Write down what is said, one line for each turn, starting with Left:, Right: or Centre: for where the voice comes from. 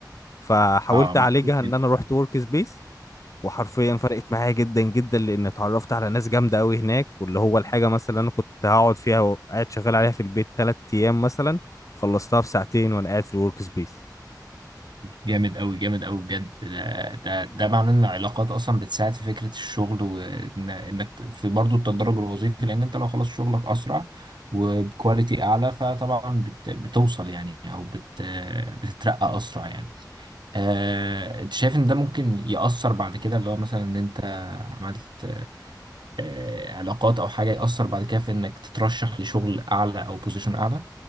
Left: فحاولت
Right: اه مخنوق
Left: أعالجها إن أنا رحت ورك سبيس وحرفيا فرقت معايا جدا جدا لان اتعرفت على ناس جامده قوي هناك واللي هو الحاجه مثلا اللي انا كنت هقعد فيها وقاعد شغال عليها في البيت ثلاث ايام مثلا خلصتها في ساعتين وانا قاعد في الورك سبيس
Right: جامد أوي جامد أوي بجد لا- ده ده معناه إن العلاقات أصلا بتساعد في فكرة الشغل وإنك في برضو التدرج الوظيفي لأن أنت لو خلصت شغلك أسرع وبكواليتي أعلى فطبعا بت بتوصل يعني أو بت بتترقى أسرع يعني آه، أنت شايف إن ده ممكن يأثر بعد كده اللي هو مثلا إن أنت عملت آه، علاقات أو حاجة يأثر بعد كده في إنك تترشح لشغل أعلى أو بوزيشن أعلى؟